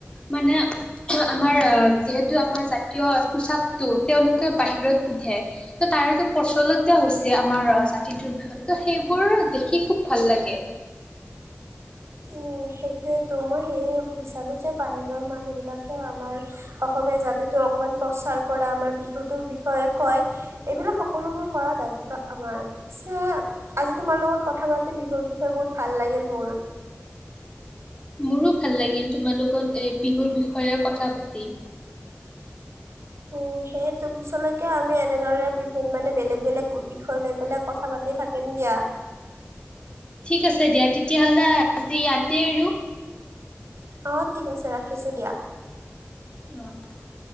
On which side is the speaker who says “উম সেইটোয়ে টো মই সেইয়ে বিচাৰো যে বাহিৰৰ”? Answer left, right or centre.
Right